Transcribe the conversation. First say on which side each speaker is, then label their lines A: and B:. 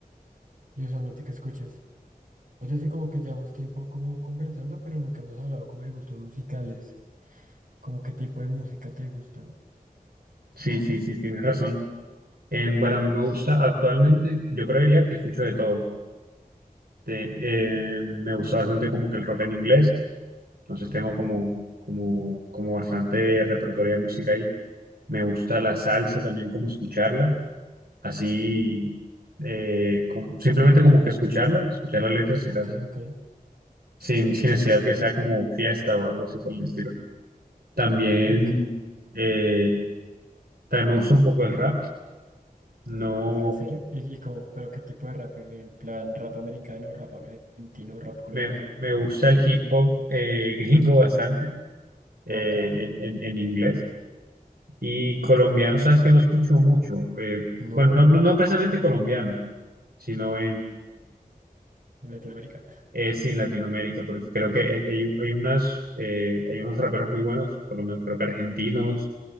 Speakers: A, on the right; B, on the right.
A: ¿Y usualmente qué escuchas? Oye, sí, como que llevamos tiempo como conversando, pero nunca hemos hablado como de gustos musicales. Como qué tipo de música te gusta.
B: Sí, sí, sí, tienes razón. Em, bueno, a mí me gusta actualmente, yo creería que escucho de todo. Te- eh, me gusta bastante como que el rock en inglés, entonces tengo como, como, como bastante repertorio de música ahí. Me gusta la salsa también, como escucharla. así eh, como- simplemente como que escucharla, escuchar las letras y
A: Ok,
B: las,
A: ok,
B: sin, sin necesidad que sea como fiesta o algo así por el estilo. También,
A: ok.
B: eh, también me gusta un poco el rap, no,
A: Nada, ¿en serio? ¿Y, y como, pero qué tipo de rap? ¿En plan rap americano, rap argentino, rap colombiano?
B: me, me gusta el hip hop eh, <laughs> gringo bastante eh,
A: Ah, ok, ok.
B: en, en- en inglés y colombiano, sabes que no escucho mucho, eh,
A: ¿No?
B: bueno, no, no, no precisamente colombiano, sino
A: ¿En Latinoamérica? <laughs>
B: eh, sí, en Latinoamérica, porque creo que hay, hay, un- hay unas, eh, hay unos raperos muy buenos, por lo menos creo que argentinos,